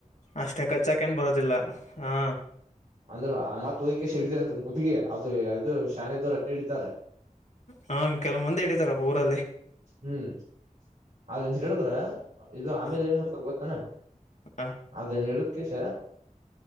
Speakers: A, on the left; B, on the right.
A: ಅಷ್ಟೆ ಕಚ್ಚಾಕ ಏನ್ ಬರೋದಿಲ್ಲ ಹಾ
B: ಅಂದ್ರರು ಆ ಮತ್ ಹೋಗ್ಕಷ್ಟಿಡ್ದ ಅಂತ ಕತ್ಗಿ ಅದು ಇದು ಶಾಣೆದ್ದವರು ಅಟ್ಟೆ ಹಿಡಿತಾರೆ
A: ಹಾ ಕೆಲವ ಮಂದಿ ಇಡಿತಾರಪ್ಪ ಊರಲ್ಲಿ
B: ಹ್ಮ್ ಅನ್ ಹೇಳಿದ್ರ ಇದು ಆಮೇಲೆ
A: ಹ
B: ನ್ ಮಾಡ್ತಾರೆ ಗೊ ಹನ
A: ಹ
B: ಅದೇನ್ ಹೇಳ ಮುಖೇಶ